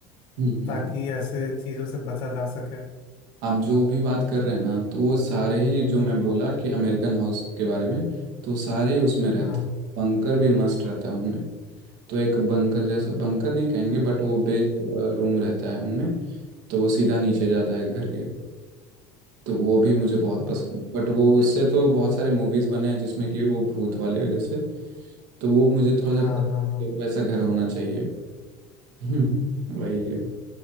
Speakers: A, on the right; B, on the left.
A: हम्म, हम्म।
B: ताकि ऐसे चीजों से बचा जा सके
A: आप जो भी बात कर रहे हैं ना तो वो सारे ही जो मैं बोला कि अमेरिकन हाउस के बारे में तो सारे ही उसमें रहते
B: हाँ
A: बंकर भी मस्त रहता है उनमें तो एक बंकर जैसा बंकर नहीं कहेंगे बट वो बेस रूम रहता है उनमें तो वो सीधा नीचे जाता है घर के तो वो भी मुझे बहुत पसंद
B: वाह।
A: बट वो उससे तो बहुत सारे मूवीज बने हैं जिसमें कि वो भूत वाले जैसे तो वो मुझे थोड़ा
B: हाँ
A: सा डर-
B: हाँ
A: वैसा घर होना चाहिए <laughs> हम्म, वही है।